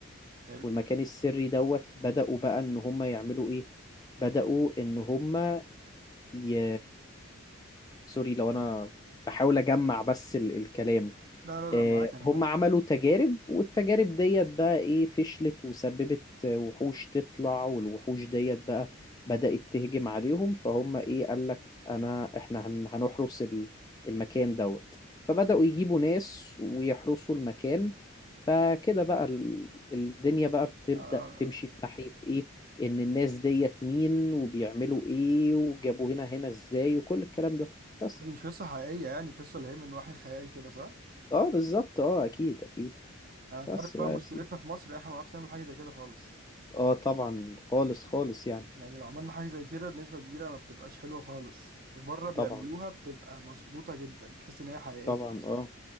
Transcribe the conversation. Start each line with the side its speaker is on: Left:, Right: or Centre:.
Right: حلو
Left: والمكان السري دوت بدأوا بقى ان هم يعملوا ايه بدأوا ان هم ي... سوري لو انا بحاول اجمع بس ال- الكلام
Right: لا لا
Left: آه،
Right: لا معاك انا
Left: هم
Right: معاك
Left: عملوا تجارب والتجارب ديت بقى ايه فشلت وسببت آه، وحوش تطلع والوحوش ديت بقى بدأت تهجم عليهم فهم ايه قال لك انا احنا هن- هنحرس ال- المكان دوت فبدأوا يجيبوا ناس ويحرسوا المكان فكده بقى ال- الدنيا بقى بتبدأ
Right: آه
Left: تمشي في ناحية ايه ان الناس ديت مين وبيعملوا ايه وجابوا هنا هنا ازاي وكل الكلام ده بس
Right: دي مش قصة حقيقية يعني قصة اللي هي من وحي الخيال كده صح
Left: اه بالظبط اه اكيد اكيد
Right: انا انت
Left: بس
Right: عارف بقى
Left: بقى
Right: مشكلتنا
Left: يا سيدي
Right: في مصر إن احنا ما بنعرفش نعمل حاجة زي كده خالص
Left: اه طبعا خالص خالص يعني
Right: يعني لو عملنا حاجة زي كده بنسبة كبيرة ما بتبقاش حلوة خالص بره بيعملوها
Left: طبعا
Right: بتبقى مظبوطة جدا تحس ان هي حقيقية
Left: طبعا
Right: اصلا
Left: اه